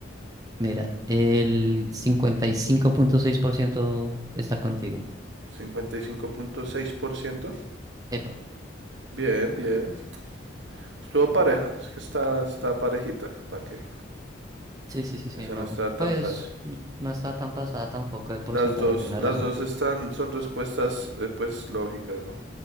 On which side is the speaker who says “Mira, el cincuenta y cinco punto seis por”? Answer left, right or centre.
Right